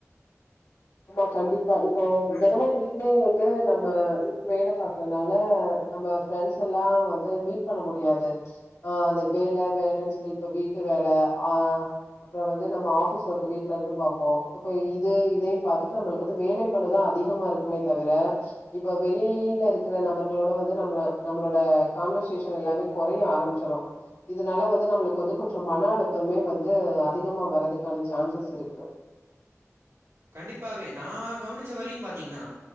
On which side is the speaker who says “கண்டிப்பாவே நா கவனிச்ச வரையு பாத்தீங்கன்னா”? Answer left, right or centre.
Right